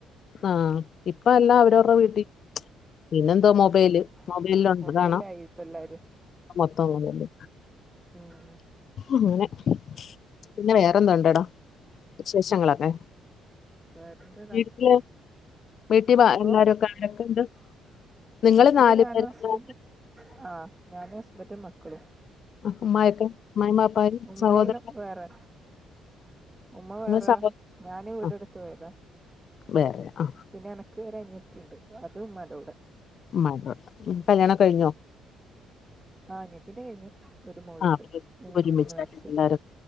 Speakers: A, on the left; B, on the right.
A: ആഹ്, ഇപ്പോ എല്ലാം അവരവരുടെ
B: ഉം
A: വീട്ടിൽ. പിന്നെന്തോ മൊബൈല്
B: ഇപ്പ
A: മൊബൈല് ഉണ്ട്
B: മൊബൈലായി
A: കാണാം
B: ഇപ്പ എല്ലാരും
A: മൊത്തം മൊബൈല്
B: ആഹ്
A: അങ്ങനെ പിന്നെ വേറെന്ത ഉണ്ടെടാ വിശേഷങ്ങളൊക്കെ
B: വേറെന്താ
A: വീട്ടില് വീട്ടിൽ എല്ലാരും
B: ഓ
A: ഒക്കെ ആരൊക്കെ ഉണ്ട് നിങ്ങള്
B: വീട്ടില്
A: നാല്
B: ഞാനും
A: പേരല്ലേ
B: ഹസ്ബൻഡും ആഹ് ഞാനും ഹസ്ബൻഡും മക്കളും
A: അമ്മയൊക്കെ അമ്മായും വാപ്പയും
B: ഉമ്മയെല്ലാം
A: സഹോദരനൊക്കെ
B: വേറെ ഉമ്മ വേറെ
A: സഹോ
B: ഞാനേ വീടെടുത്ത്
A: ആ
B: പോയതാ
A: വേറെ ആ
B: പിന്നെ എനക്ക് ഒരു അനിയത്തിയുണ്ട് അത് ഉമ്മന്റെ കൂടെ
A: ഉമ്മന്റെ കൂടെ ഉം കല്യാണം ഒക്കെ കഴിഞ്ഞോ
B: ആ അനിയത്തിന്റെ കഴിഞ്ഞു ഒരു മോൾണ്ട്
A: ആ അപ്പൊ
B: മൂന്ന്
A: ഒരുമിച്ചല്ലേ
B: വയസ്
A: എല്ലാരും